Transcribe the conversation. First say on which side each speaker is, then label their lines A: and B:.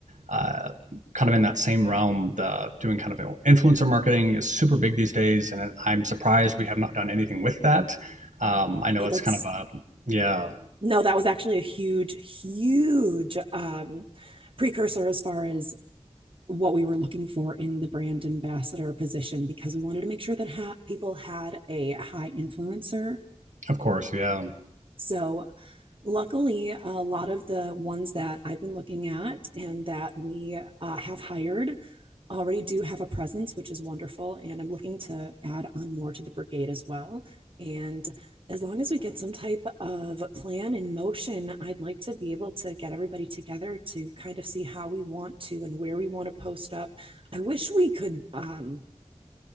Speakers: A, on the right; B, on the right.
A: uh, kind of in that same realm, the doing kind of influencer marketing is super big these days, and I'm surprised we have not done anything with that. Um, I know
B: oh, that's
A: it's kind of a, yeah,
B: no, that was actually a huge, huge um, precursor as far as what we were looking for in the brand ambassador position because we wanted to make sure that ha- people had a high influencer.
A: of course, yeah.
B: So, luckily, a lot of the ones that I've been looking at and that we uh, have hired already do have a presence, which is wonderful. And I'm looking to add on more to the brigade as well. And as long as we get some type of plan in motion, I'd like to be able to get everybody together to kind of see how we want to and where we want to post up. I wish we could um